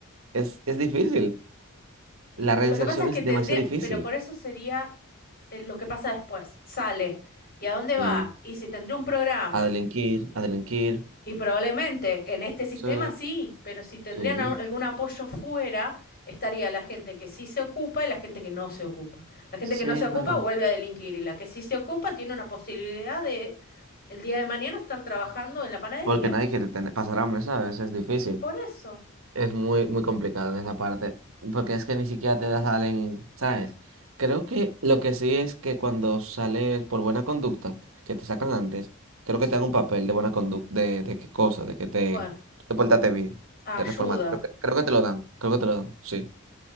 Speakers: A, on the right (about 70°); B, on the left (about 45°).
A: Es, es difícil.
B: Y
A: La
B: pero
A: reinserción
B: lo que pasa es que
A: es
B: tendría,
A: demasiado difícil.
B: pero por eso sería eh, lo que pasa después. Sale. ¿Y a dónde va?
A: Sí.
B: Y si tendría un programa.
A: A delinquir,
B: Y
A: a delinquir.
B: Y probablemente en este sistema
A: Sí,
B: sí, pero si tendrían
A: sí,
B: a- algún apoyo fuera, estaría la gente que sí se ocupa y la gente que no se ocupa. La gente
A: sí,
B: que no se ocupa
A: pero...
B: vuelve a delinquir y la que sí se ocupa tiene una posibilidad de el día de mañana estar trabajando en la panadería.
A: Porque nadie quiere tener, pasar hambre, ¿sabes? Es difícil.
B: Y por eso.
A: Es muy, muy complicado en esa parte. Porque
B: Mm,
A: es que ni siquiera te la salen, ¿sabes? Creo que lo que sí es que cuando sales por buena conducta, que te sacan antes, creo
B: sí.
A: que te dan un papel de buena conducta, de, de qué cosa, de que te,
B: Bueno,
A: te portaste bien,
B: ayuda.
A: te reformaste. Creo que, creo que te lo dan, creo que te lo dan, sí.